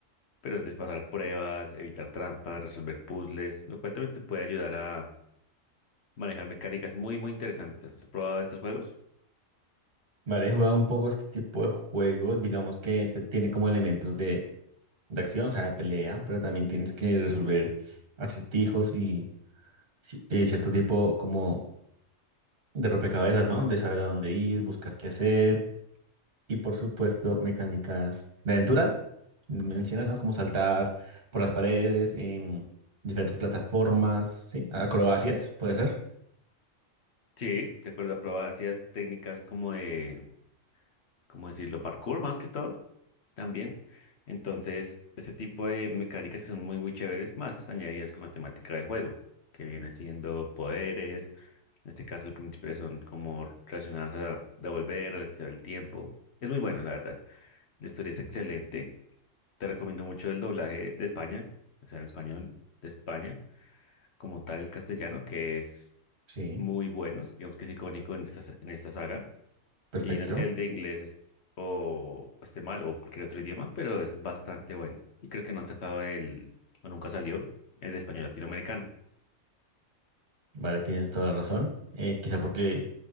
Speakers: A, on the left (about 55°); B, on the right (about 45°).
A: pero es de pasar pruebas, evitar trampas, resolver puzzles, lo cual también te puede ayudar a manejar mecánicas muy, muy interesantes. ¿Has probado estos juegos?
B: Vale, he jugado un poco este tipo de juegos. Digamos que este tiene como elementos de, de acción, o sea, de pelea, pero también tienes que resolver acertijos y ci- eh, cierto tipo como de rompecabezas, ¿no? De saber a dónde ir, buscar qué hacer. Y por supuesto, mecánicas de aventura. Mencionas, ¿no? Como saltar por las paredes, en diferentes plataformas, ¿sí? Acrobacias, puede ser.
A: Sí, recuerdo, probaba, hacías técnicas como de ¿cómo decirlo? Parkour más que todo también. Entonces, ese tipo de mecánicas que son muy, muy chéveres, más añadidas con la temática del juego, que viene siendo poderes. En este caso, al principio son como relacionadas a devolver, realizar el tiempo. Es muy bueno, la verdad. La historia es excelente. Te recomiendo mucho el doblaje de España, o sea, en español de España, como tal el castellano, que es
B: Sí,
A: muy bueno, digamos que es icónico en esta, en esta saga.
B: perfecto.
A: Y no es que el de inglés es- o esté mal o cualquier otro idioma, pero es bastante bueno. Y creo que no han sacado el, o nunca salió, el de español latinoamericano.
B: Vale, tienes toda la razón. Eh, quizá porque,